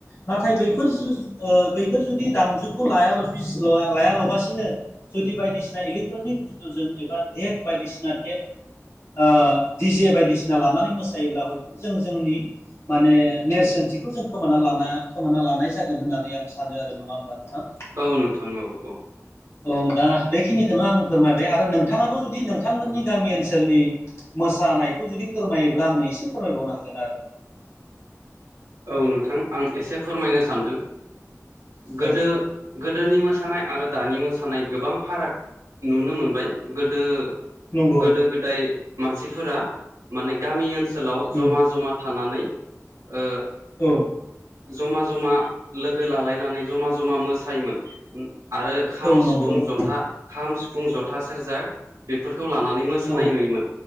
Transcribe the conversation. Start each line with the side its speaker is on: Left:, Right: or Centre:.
Left: नाथाय बैफोर जो ओ बैफोर जुदि दामजुखौ लायालबिस लायालाबासिनो जुदि बायदिसिना इलेकट्र'निक बुसथु जों बा धेक बायदिसिना टेप ओ दि जे बायदिसिना लानानै मोसायोब्ला हयथ' जों जोंनि माने नेरसोनथिखौ जों खोमाना लाना खोमाना लानाय जागोन होननानै आं सानो आरो नंङा होमबा नोंथां?
Right: औ नोंथां औ औ
Left: औ दा बेखिनिखौनो आं फोरमायबाय आरो नोंथांङाबो जुदि नोंथांमोननि गामि ओनसोल ओनसोलनि मोसानायखौ जुदि फोरमायोब्ला आंनो एसे फोरमायबावनो हागोन आरो नोंथां। <unintelligible>
Right: औ नोंथां आं एसे फोरमायनो सानदों गोदो
Left: औ
Right: गोदोनि मोसानाय आरो दानि मोसानाय गोबां फाराग नुनो मोनबाय गोदो
Left: नंगौ
Right: गोदो गोदाय मानसिफोरा माने गामि ओनसोलाव
Left: उम
Right: जमा जमा थानानै ओ
Left: औ
Right: जमा जमा लोगो गो लालायनानै जमा जमा मोसायोमोन उम आरो खाम
Left: औ
Right: सिफुं
Left: नंगौ नंगौ
Right: जथा खाम सि फुं जथा सेरजा बेफोरखौ लानानै मोसानाय
Left: औ
Right: नुयोमोन